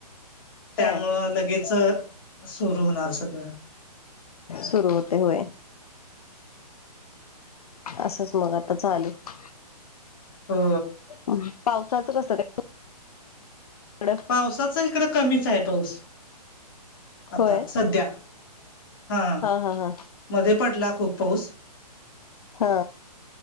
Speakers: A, on the left; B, on the left.
A: त्यामुळं
B: होय
A: लगेच सुरू होणार सगळं.
B: सुरू होते होय. असच मग झालेत
A: हो
B: <inaudible> पावसाचं कसं काय? ह <inaudible>
A: पावसाचं इकडं कमीच आहे पाऊस. आता
B: होय
A: सध्या हा
B: हा हा
A: मध्ये पडला खूप पाऊस.
B: हा.